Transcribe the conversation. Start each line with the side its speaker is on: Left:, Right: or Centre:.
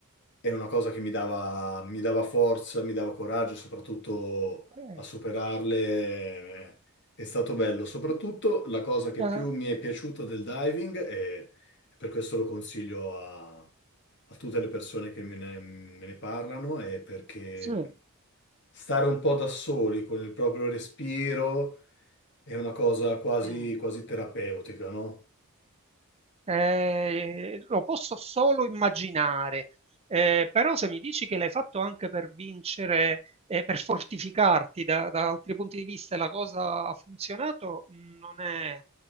Left: È una cosa che mi dava, mi dava forza, mi dava coraggio, soprattutto
Right: Eh,
Left: a superarle. eh, È stato bello. Soprattutto
Right: quindi ti-
Left: la cosa che
Right: ti ha-
Left: più mi è piaciuta del diving, e per questo lo consiglio a, a tutte le persone che me ne, me ne parlano, è perché
Right: sì,
Left: mm, stare un po' da soli con il proprio respiro è una cosa quasi,
Right: Mm.
Left: quasi terapeutica, no?
Right: Eh, lo posso solo immaginare, Eh, però se mi dici che l'hai fatto anche per vincere, eh, per fortificarti da, da altri punti di vista e la cosa ha funzionato, mh, non è,